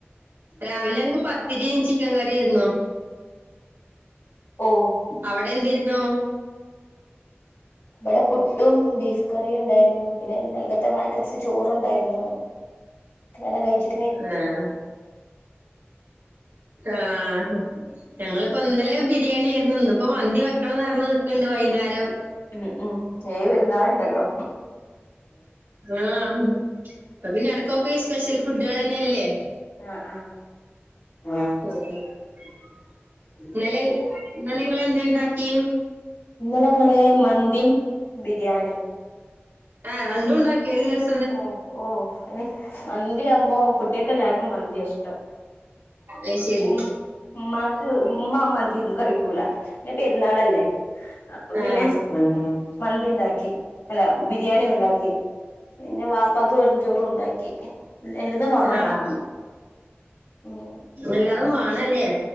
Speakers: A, on the right; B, on the left.
A: രാവിലെ ഞങ്ങക്ക് പത്തിരിം ചിക്കൻ കറിയെരുന്നു.
B: ഓ
A: അവിടെ എന്തെരുന്നു?
B: ഇബടെ പുട്ടും ബീഫ് കറിം ഇണ്ടായിരുന്നു പിന്നെ ഇന്നൽക്കത്തെ ബാല ൻസ് ചോറുണ്ടായിരുന്നു അതന്നെ കഴിച്ച്
A: ആഹ് ആഹ്. ഞങ്ങള് ഇപ്പ ഇന്നലെ ബിരിയാണിയാരുന്നു ഇന്ന് ഇപ്പൊ മന്തി വെക്കണം ന്ന് പറഞ്ഞ് നിക്കണ്ട് വൈന്നേരം.
B: ഉം ഉം ഏഴ്‌ പെര്ന്നാൾണ്ടല്ലോ
A: ആഹ് അപ്പ പിന്നെ എടക്കൊക്കെ ഈ സ്പെഷൽ ഫുഡളെന്നെല്ലേ.
B: ആ ആ അങ്ങനെ
A: മം ഇന്നലയ് ഇന്നലെങ്ങളെന്തെണ്ടാക്കി?
B: ഇന്നലെങ്ങള് മന്തിം ബിരിയാണിം
A: എഹ് രണ്ടുണ്ടാക്കിയൊ ഒര്ദിവസ്
B: ഓഹ് ഓഹ് അന് മന്തിയാവുമ്പോ കുട്ട്യാക്കെല്ലർക്കും മന്തിയാ ഇഷ്ടം.
A: അയ്ശെരി
B: ഉം ഉമ്മാക്ക് ഉമ്മ മന്തി ന്നും കഴിക്കൂല പിന്നെ പെര്ന്നാളല്ലേ അപ്പൊ പിന്നെ
A: ആഹ്
B: മന്തിണ്ടാക്കി അല്ല ബിരിയാണി ഉണ്ടാക്കി. പിന്നെ വാപ് വാപ്പാക്ക് വെറുഞ്ചോറുംണ്ടാക്കി എല്ലതും വാണം
A: ആഹ്
B: ഇങ്ങനെ.
A: എല്ലാതും വാണല്ലേ